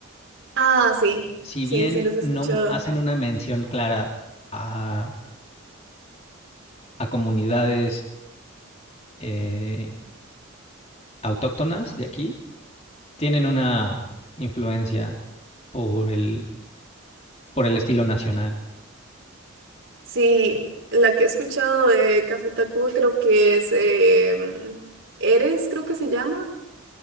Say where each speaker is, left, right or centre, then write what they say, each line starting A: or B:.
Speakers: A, on the right; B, on the left.
A: Ah, sí,
B: Si
A: sí,
B: bien
A: sí, los he
B: no
A: escuchado.
B: hacen una mención clara a, a comunidades eh, autóctonas de aquí, tienen una influencia por el, por el estilo nacional.
A: Sí, la que he escuchado de Café Tacuba creo que es em, Eres, creo que se llama.